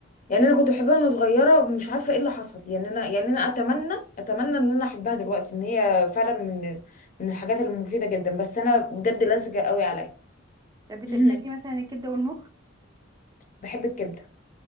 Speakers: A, on the left; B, on the right.
A: يعني انا كنت بحبها وانا صغيره ومش عارفه ايه اللي حصل يعني انا يعني انا اتمنى اتمنى ان انا احبها دلوقتي ان هي فعلا من من الحاجات المفيده جدا بس انا بجد لزجه قوي عليا
B: طب بت-
A: <laughs>
B: بتاكلي مثلا الكبده والمخ
A: بحب الكبده